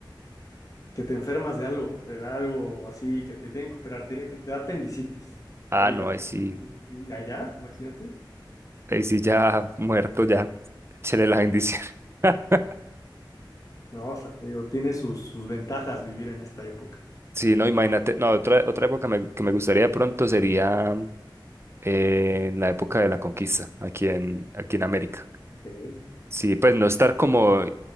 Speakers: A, on the left; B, on the right.
A: que te enfermas de algo, te da algo así, que te tienen que operar, tiene que, te da apendicitis.
B: Ah,
A: Que ahorita,
B: no, ahí sí,
A: y allá, imagínate.
B: ahí sí ya muerto, ya, échale la bendición. <laughs>
A: No, o sea, te digo, tiene sus, sus ventajas vivir en esta época.
B: Sí, no, imagínate, no, otra, otra época me- que me gustaría de pronto sería eh, en la época de la conquista, aquí en, aquí en América.
A: Ok.
B: Sí, pues no estar como